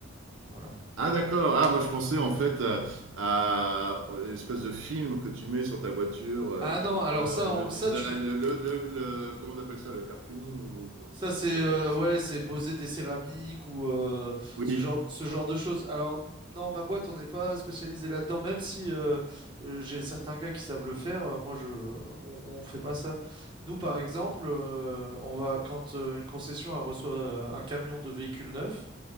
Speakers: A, on the right (about 25°); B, on the right (about 75°).
A: Voilà.
B: Ah d'accord. Ah moi je pensais en fait à, à euh, l'espèce de film que tu mets sur ta voiture euh,
A: Ah
B: avec
A: non,
B: toutes les
A: alors
B: couleurs
A: ça,
B: ou
A: on-
B: le design,
A: ça tu,
B: le, le, le- comment on appelle ça, le cartooning ou quoi-
A: Ça,
B: je sais plus
A: c'est
B: comment ça
A: euh,
B: s'appelle.
A: ouais, c'est poser des céramiques ou euh,
B: Oui,
A: ce genre, ce genre de choses. Alors, n- non, ma boîte, on n'est pas spécialisé là-dedans, même si euh, euh, j'ai certains gars qui savent le faire. euh, moi, je, on, on fait pas ça. Nous, par exemple, euh, on va quand euh, une concession elle reçoit euh, un camion de véhicules neufs,